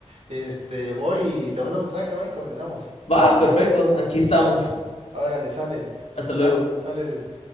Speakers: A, on the right; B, on the left.
A: Este, voy y te mando mensaje, va y coordinamos.
B: Va, perfecto. Aquí estamos.
A: Ahora le sale.
B: Hasta luego.
A: Vale, sale Luis.